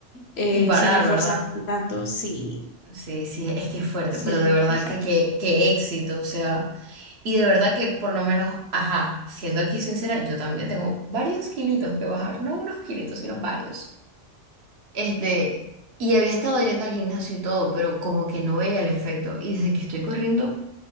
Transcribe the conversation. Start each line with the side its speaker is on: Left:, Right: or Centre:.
Left: eh,
Right: sin parar,
Left: sin esforzarte
Right: ¿verdad?
Left: tanto. Sí,
Right: Sí, sí, es que es fuerte,
Left: sí,
Right: pero de verdad
Left: fíjate,
Right: que, que, que éxito, o sea, y de verdad que por lo menos, ajá, siendo aquí sincera, yo también tengo varios kilitos que bajar, no unos kilitos, sino varios. Este, y había estado yendo al gimnasio y todo, pero como que no veía el efecto, y desde que estoy corriendo,